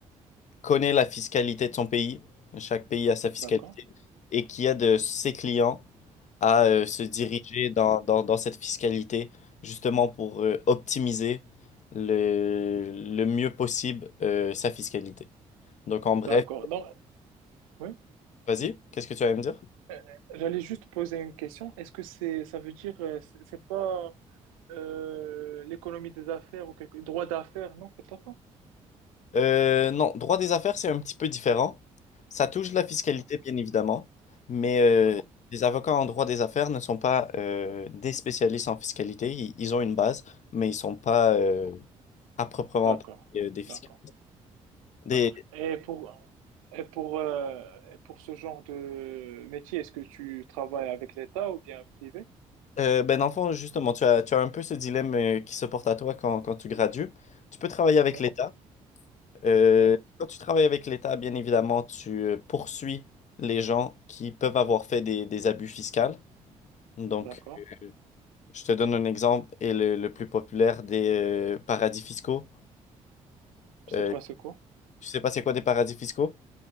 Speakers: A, on the left (about 45°); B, on the right (about 80°).
A: connaît la fiscalité de son pays, chaque pays a sa fiscalité,
B: D'accord.
A: et qui aide euh, ses clients à euh, se diriger
B: D'accord.
A: dans, dans- dans cette fiscalité, justement pour euh, optimiser le, le mieux possible euh, sa fiscalité. Donc en bref,
B: D'accord. Donc, oui.
A: vas-y, qu'est-ce que tu vas me dire?
B: Euh, J'allais juste poser une question. Est-ce que c'est, ça veut dire, euh, c'est c'est pas euh, l'économie des affaires ou quelque droit d'affaires? Non, c'est pas ça.
A: Euh, non, droit des affaires, c'est un petit peu différent. Ça touche la fiscalité,
B: D'accord.
A: bien évidemment, mais euh,
B: Oui.
A: les avocats en droit des affaires ne sont pas euh, des spécialistes en fiscalité. Ils, ils ont une base, mais ils sont pas euh, à proprement
B: D'accord.
A: parler euh, des fiscalistes.
B: D'accord.
A: Des,
B: D'accord. Et pour et pour euh, et pour ce genre de métier, est-ce que tu travailles avec l'État ou bien privé?
A: euh, ben, dans le fond, justement, tu as, tu as un peu ce dilemme euh, qui se porte à toi quand, quand tu gradues. Tu peux travailler avec
B: Oui.
A: l'État. Euh,
B: Oui.
A: quand tu travailles avec l'État, bien évidemment, tu euh, poursuis les gens qui peuvent avoir fait des, des abus fiscaux. Donc,
B: D'accord.
A: Je te donne un exemple et le, le plus populaire des euh, paradis fiscaux.
B: Je
A: Euh,
B: sais pas c'est quoi.
A: tu sais pas c'est quoi des paradis fiscaux?